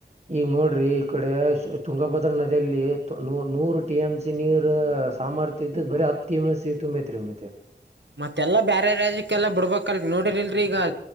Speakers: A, on the right; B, on the right.
A: ಈಗ ನೋಡ್ರಿ ಈ ಕಡೆ ಸಿ ತುಂಗಭ ನದಿಯಲ್ಲಿ ತು ನೂರು ಟಿ ಎಂ ಸಿ ಸಿ ನೀರ್ ಸಾಮರ್ಥ್ಯ ಇದ್ದ ಬರೀಹತ್ತ ಟಿಂ ಎ ಸಿ ತುಂಬೈತ್ರಿ ಮತ್ತ
B: ಮತ್ತೆಲ್ಲ ಬೇರೆ ರಾಜ್ಯಕ್ಕೆಲ್ಲ ಬಿಡ್ಬೇಕಲ್ರಿ ನೋಡಿರಿಲ್ರರಿ ಈಗ.